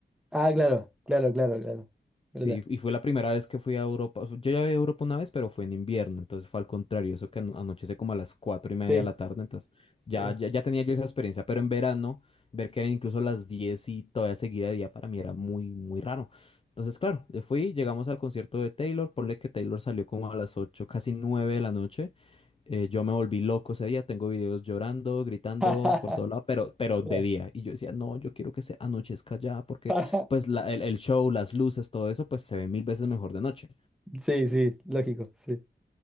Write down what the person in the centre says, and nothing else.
Ah, claro, claro, claro, claro. ¿Verdad?
Sí,
sí.
<laughs>
Mira,
<laughs>
Sí, sí, lógico, sí,